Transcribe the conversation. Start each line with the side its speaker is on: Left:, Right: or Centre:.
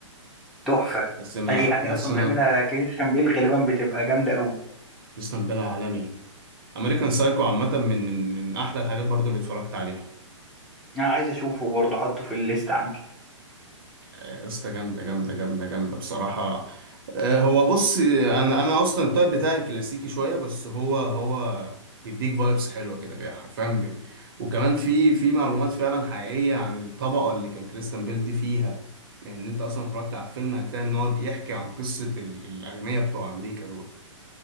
Centre: تحفة
Right: بس ما
Centre: اي حاجة
Right: ما
Centre: اصلا
Right: سمعت
Centre: بيعملها كريستيان بيل غالبا بتبقى جامدة قوي
Right: كريستيان بيل عالمي امريكان سايكو عامه من من من احلى الحاجات برضو اللي اتفرجت عليها
Centre: انا عايز اشوفه برضو حطه في الليست عندي
Right: يا اسطى جامدة جامدة جامدة جامدة بصراحة آه، هو بص انا انا اصلا التايب بتاعي كلاسيكي شوية بس هو هو بيديك فايبس حلوة كده بقى حرفيا بي. وكمان في في معلومات فعلا حقيقية عن الطبقة اللي كان كريستيان بيل دي فيها لان انت اصلا اتفرجت على الفيلم هتلاقي ان هو بيحكي عن قصة ال- الاغنياء بتوع امريكا دول